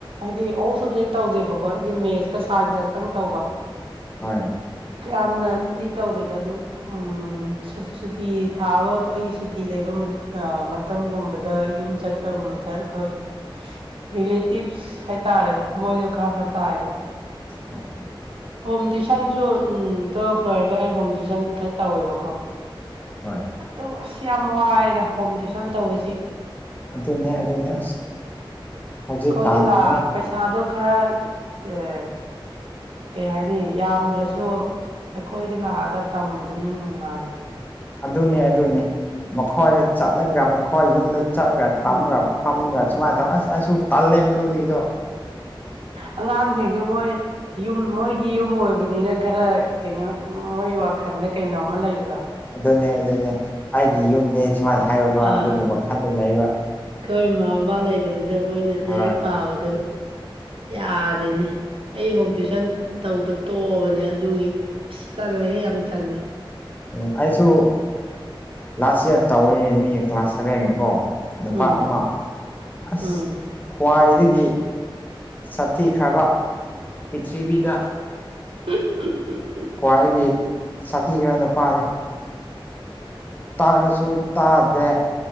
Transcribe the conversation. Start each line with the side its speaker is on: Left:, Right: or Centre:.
Right: ꯍꯥꯏꯗꯤ ꯑꯣꯜ ꯁꯕꯖꯦꯛ ꯇꯧꯗꯦꯕꯀꯣ ꯍꯥꯏꯗꯤ ꯃꯦꯠꯁꯀ ꯁꯥꯏꯟꯁ ꯈꯛꯇꯪ ꯇꯧꯕ
Left: ꯍ
Right: ꯌꯥꯝꯅꯗꯤ ꯇꯧꯗꯦꯗ ꯑꯗꯨꯝ ꯎꯝ ꯁꯨꯇꯤ ꯊꯥꯕ ꯑꯩꯒꯤ ꯁꯨꯇꯤ ꯂꯩꯕ ꯃꯇꯝꯒꯨꯝꯕꯗ ꯌꯨꯝ ꯆꯠꯄꯒꯨꯝꯕꯗ ꯑꯩꯈꯣꯏ ꯔꯤꯂꯦꯇꯤꯞꯁ ꯍꯥꯏꯇꯥꯔꯦ ꯃꯣꯏꯗꯣ ꯈꯔ ꯈꯔ ꯇꯥꯏꯑꯌꯦꯕ
Left: ꯑꯣ
Right: ꯍꯣꯝ ꯇ꯭ꯋꯨꯁꯟꯁꯨ ꯎꯝ ꯇꯨꯋꯦꯜꯐ ꯂꯣꯏꯔꯒ ꯑꯩ ꯍꯣꯝ ꯇ꯭ꯨꯁꯟ ꯈꯔ ꯇꯧꯋꯦꯕꯀꯣ
Left: ꯍꯣꯏ
Right: ꯑꯗꯨ ꯑꯁ ꯌꯥꯝ ꯋꯥꯏꯗ ꯍꯣꯝ ꯇ꯭ꯋꯨꯁꯟ ꯇꯧꯕꯁꯤ
Left: ꯑꯗꯨꯅꯦ ꯑꯗꯨꯅꯦ ꯍꯧꯖꯤꯛꯀꯥꯟ
Right: ꯑꯩꯈꯣꯏꯗ ꯂ
Left: ꯑꯉꯥꯡ
Right: ꯄꯩꯁꯥꯗꯣ ꯈꯔ ꯑꯦ ꯀꯩ ꯍꯥꯏꯅꯤ ꯌꯥꯝꯗ꯭ꯔꯁꯨ ꯑꯩꯈꯣꯏꯗ ꯂꯥꯛꯑꯒ ꯇꯝꯕꯗꯨꯅ ꯅꯨꯡꯉꯥꯏꯌꯦ
Left: ꯑꯗꯨꯅꯦ ꯑꯗꯨꯅꯤ ꯃꯈꯣꯏꯗ ꯆꯠꯂꯒ ꯃꯈꯣꯏ ꯌꯨꯝꯗ ꯆꯠꯂꯒ ꯇꯝꯒ
Right: ꯎꯝ
Left: ꯍꯥꯝꯅꯒ ꯁꯨꯃꯥꯏꯅ ꯇꯧ ꯑꯁ ꯑꯁꯨ ꯇꯜꯂꯦꯗꯨꯗꯒꯤꯗꯣ
Right: ꯑꯉꯥꯡꯁꯤꯡꯁꯨ ꯃꯣꯏ ꯌꯨꯝ ꯃꯣꯏꯒꯤ ꯌꯨꯝ ꯑꯣꯏꯕꯅꯤꯅ ꯈꯔ ꯀꯩꯅꯣ ꯃꯣꯏ ꯋꯥꯈꯜꯗ ꯀꯩꯅꯣꯝꯃ ꯂꯩꯕꯗꯣ
Left: ꯑꯗꯨꯅꯦ ꯑꯗꯨꯅꯦ ꯑꯩꯒꯤ ꯌꯨꯝꯅꯤ ꯁꯨꯃꯥꯏꯅ ꯍꯥꯏꯔꯒ
Right: ꯑꯥ
Left: ꯑꯗꯨꯒꯤ ꯋꯥꯈꯜꯗ ꯂꯩꯕ
Right: ꯑꯩꯈꯣꯏ ꯃꯃꯥ ꯕꯕꯥ ꯂꯩꯕꯗꯨꯗ ꯃꯣꯏꯅ ꯂꯥꯏꯔꯤꯛ
Left: ꯍꯣꯏ
Right: ꯄꯥꯕꯗꯨ ꯌꯥꯗꯦꯅꯦ ꯑꯩ ꯍꯣꯝ ꯇ꯭ꯋꯨꯁꯟ ꯇꯧꯕ ꯇꯣꯛꯑꯕꯅꯦ ꯑꯗꯨꯒꯤ ꯑꯁ ꯇꯜꯂꯦ ꯌꯥꯝ ꯇꯥꯜꯂꯦ
Left: ꯎꯝ ꯑꯩꯁꯨ ꯂꯥꯁ ꯏꯌꯥꯔ ꯇꯧꯏ ꯃꯤ ꯀ꯭ꯂꯥꯁ ꯁꯚꯦꯟꯒꯤꯀꯣ ꯅꯨꯄꯥ
Right: ꯎꯝ
Left: ꯑꯃ ꯑꯁ
Right: ꯎꯝ
Left: ꯈ꯭ꯋꯥꯏꯗꯒꯤ ꯁꯥꯊꯤꯈ꯭ꯔꯕ ꯄꯤꯔꯤꯊꯤꯕꯤꯗ
Right: <unintelligible>
Left: ꯈ꯭ꯋꯥꯏꯗꯒꯤ ꯁꯥꯊꯤꯈ꯭ꯔ ꯅꯨꯄꯥꯅꯤ ꯇꯥꯛꯑꯁꯨ ꯇꯥꯗꯦ